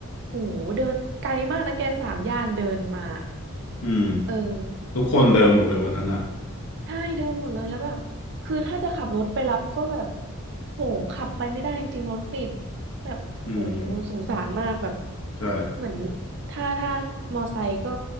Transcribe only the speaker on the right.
โหเดินไกลมากนะแกสามย่านเดินมา
เออ
แบบ ใช่เดินหมดเลยแล้วแบบคือถ้าจะขับรถไปรับก็แบบโหขับไปไม่ได้จริงรถติดแบบโอ้โห
สงสารมากแบบ
เหมือนถ้าถ้ามอไซค์ก็